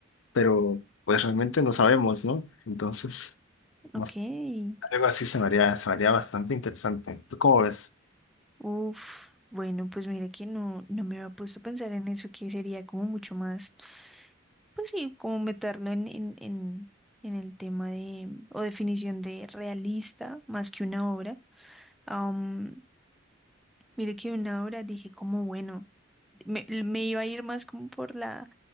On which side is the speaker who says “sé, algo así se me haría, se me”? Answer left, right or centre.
Left